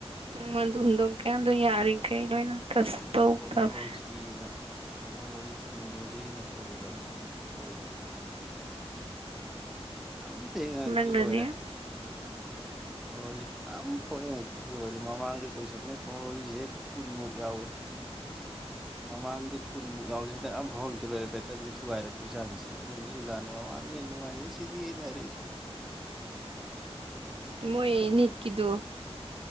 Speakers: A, on the right; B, in the centre.
A: ꯎꯝ ꯑꯗꯨ ꯍꯨꯟꯗꯣꯛꯀꯦ ꯌꯥꯎ ꯑꯗꯨ ꯌꯥꯔꯤꯃꯈꯩ ꯂꯣꯏꯅ ꯇꯁ
B: ꯁꯣꯝꯗ
A: ꯇꯧꯒꯗꯕ
B: ꯀ꯭ꯔꯣꯅꯣꯂꯣꯖꯤꯅ ꯀ꯭ꯔꯣꯅꯣꯂꯣꯖꯤ <unintelligible> ꯅꯣꯂꯣꯖꯤꯅ ꯇꯧꯔꯨꯕ ꯑꯗꯨꯗꯨꯗ ꯁꯣꯏꯕ ꯑꯝꯇ ꯍꯦꯛ ꯍꯪꯉꯛꯇꯦ
A: ꯅꯪꯅꯗꯤ
B: ꯂꯣꯏꯔꯦ ꯍꯣꯏ ꯑꯝꯐꯧ ꯍꯦꯛ ꯍꯪꯉꯛꯇꯦ ꯂꯣꯏꯔꯦ ꯃꯃꯥꯡꯗ ꯀꯣꯏꯁꯟꯄ ꯀꯣꯅꯣꯂꯣꯖꯥꯁꯦ ꯀꯨꯟꯃꯨꯛ ꯌꯥꯎꯋꯤ ꯃꯃꯥꯡꯗ ꯀꯨꯟꯃꯨꯛ ꯌꯥꯎꯁꯦ ꯍꯟꯗꯛ ꯑꯝꯐꯥꯎ ꯍꯪꯇꯦ ꯂꯣꯏꯔꯦ ꯄꯦꯇꯔꯟꯁꯦ ꯊꯨꯒꯥꯏꯔꯛꯄꯩ ꯆꯥꯡꯁꯦ ꯑꯗꯨꯅ ꯁꯨꯜꯇꯥꯥꯟꯗ ꯃꯃꯥꯡꯅ ꯍꯦꯟꯅ ꯅꯨꯡꯉꯥꯏꯌꯦ ꯁꯤꯗꯤꯅ ꯍꯥꯏꯔꯛꯏꯗꯨ
A: ꯃꯣꯏ ꯅꯤꯠꯀꯤꯗꯣ